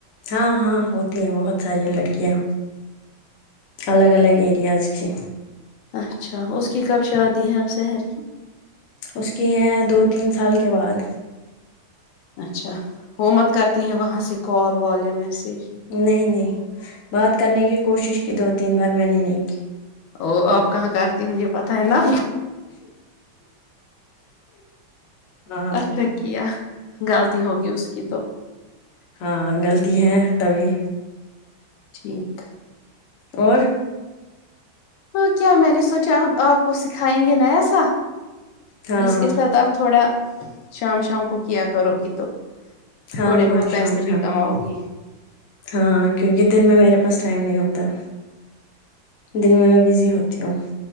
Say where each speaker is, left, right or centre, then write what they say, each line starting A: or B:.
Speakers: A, on the left (about 60°); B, on the left (about 75°).
A: ہاں ہاں ہوتی ہیں بہت ساری لڑکیاں الگ الگ ایرییاز کی
B: اچھا اس کی کب شادی ہے اب شہر
A: اس کی ہے دو تین سال کے بعد
B: اچھا وہ مت کرتی ہیں وہاں سے کال وال یا میسیج
A: نہیں نہیں بات کرنے کی کوشش کی دو تین بار میں نے نہیں کی
B: ا آپ کہاں کرتی مجھے پتا ہے نہ
A: ہاں
B: اچھا کیا غلطی ہوگی اس کی تو
A: ہاں غلطی ہے تبھی
B: ٹھیک
A: اور
B: ہاں کیا میں نے سوچا اب آپ کو سکھائیں گے نیا سا
A: ہاں
B: اس کے ساتھ آپ تھوڑا شام شام کو کیا کرو گی تو
A: ہاں
B: تھوڑے
A: ہاں
B: بہت پیسے
A: شام
B: بھی
A: شام
B: کماؤ
A: کو
B: گی
A: ہاں کیونکہ دن میں میرے پاس ٹائم نہیں ہوتا دن میں میں بزی ہوتی ہوں